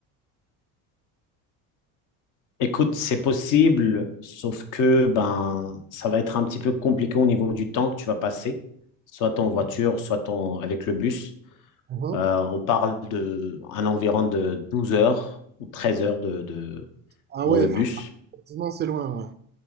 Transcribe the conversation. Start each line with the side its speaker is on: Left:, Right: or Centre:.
Left: Écoute, c'est possible, sauf que ben ça va être un petit peu compliqué au niveau du temps que tu vas passer, soit en voiture, soit en- avec le bus.
Right: en
Left: Euh, on parle de un environ de 12 heures ou 13 heures de, de-
Right: Ah
Left: dans
Right: ouais,
Left: le bus.
Right: effectivement, c'est loin, ouais.